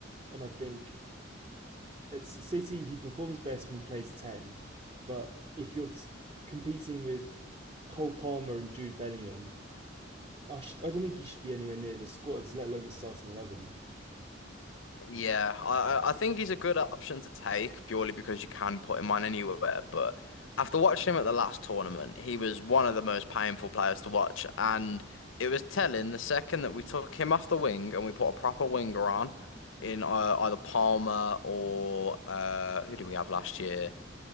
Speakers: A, on the right; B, on the left.
A: And I think at City, he performs best when he plays 10. But if you're s- competing with Cole Palmer and Jude Bellingham, I, sh- I don't think he should be anywhere near the squads, let alone the starting 11.
B: yeah, I I I think he's a good option to take purely because you can put him on anywhere. But after watching him at the last tournament, he was one of the most painful players to watch, and it was telling the second that we took him off the wing and we put a proper winger on in uh, either Palmer or uh, who did we have last year?